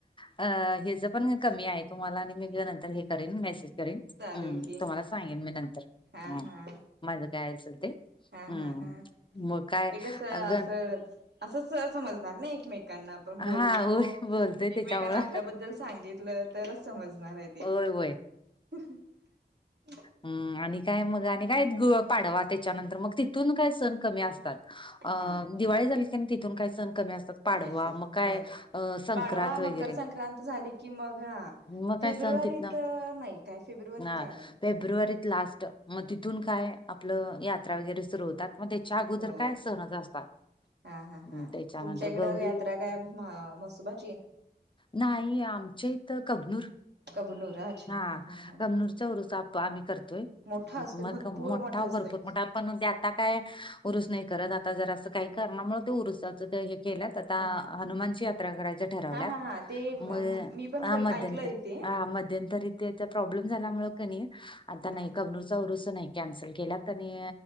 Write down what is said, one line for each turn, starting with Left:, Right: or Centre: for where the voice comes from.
Left: अ, हेज पण कमी आहे तुम्हाला आणि मी नंतर हे करेन मेसेज. करेन
Right: चालेल
Left: हम
Right: की
Left: तुम्हाला सांगेन मी नंतर
Right: हा
Left: ह
Right: हा
Left: माझ काय असेल ते.
Right: हा
Left: हम्म
Right: हा हा,
Left: मग काय
Right: ते कस असं
Left: अगं
Right: असंच सहज समजणार ना एकमेकांना आप ''--'' आपण बोललो
Left: हा होय बोलतोय त्याच्यामुळं
Right: एकमेकांना आपल्याबद्दल सांगितलं तरच समजणार आहे ते.
Left: होय होय
Right: <inaudible>
Left: हम् आणि काय मग आणि काय ग पाडवा त्याच्यानंतर मग तिथून काय सण कमी असतात. अ
Right: हा
Left: दिवाळी झाली क तिथून काय सण कमी असतात. पाडवा
Right: मेसेज
Left: मग काय
Right: होय
Left: अ संक्रांत
Right: पाडवा मकर
Left: वगैरे.
Right: संक्रांत झाली की मग हा
Left: मग
Right: फेब्रुवारीत
Left: काय सन तीतन
Right: नाही काय फेब्रुवारीत
Left: ना
Right: काय
Left: हा,
Right: नाही
Left: फेब्रुवारीत लास्ट मग तिथून काय आपलं यात्रा वगैरे सुरू होतात. मग त्याच्या आगोदर
Right: हो
Left: काय सणच असतात.
Right: हा हा
Left: हम्म,
Right: हा,
Left: त्याच्यानंतर
Right: तुमच्या इकडं
Left: गौरी
Right: यात्रा काय म मसुबाची.
Left: नाही आमच्या इथ कबनूर
Right: कबनूर अच्छा
Left: हा
Right: हा
Left: कबनूर. चा उरूस आप आम्ही करतोय
Right: मोठा असतोय
Left: मग
Right: भरपूर
Left: मोठा
Right: असतोय
Left: भरपूर मोठ पण आता काय. उरुस नाही करत आता जर असं काही करणारमुळे ते उरुसाच हे केल्यात. ता
Right: हा हा
Left: हनुमानची यात्रा करायच ठरवल्यात
Right: हा हा हा ते
Left: मग
Right: मी पण
Left: हा
Right: बघ
Left: मध्यंतरी.
Right: ऐकलंय ते
Left: हा मध्यंतरी इथे प्रॉब्लेम झाल्यामुळे कणी आता
Right: हा
Left: नाही कबनूर. चा उरूस नाही कॅन्सल केल्यात आणि